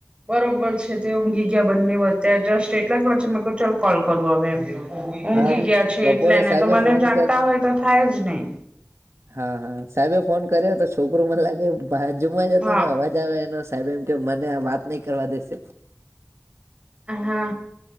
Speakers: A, on the right; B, on the right.
A: બરોબર છે, તે ઊંઘી ગયા બંને વત્યારે જસ્ટ એટલા જ વચ્ચે ક ચાલ કોલ કરું હવે એમ ઊંઘી
B: હા
A: ગયા છે
B: બપોરે
A: એટલેને
B: સાહેબે
A: તો મને
B: ફોન
A: જાગતા
B: કર
A: હોય તો થાય જ નહી
B: હા હા સાહેબે ફોન કર્યો તો છોકરું મને લાગે બાજુમાં જ હતુ,
A: હા
B: ને અવાજ મજા આવે એનો સાહેબ એમ કે મને આ વાત નઈ કરવા દેશે
A: હા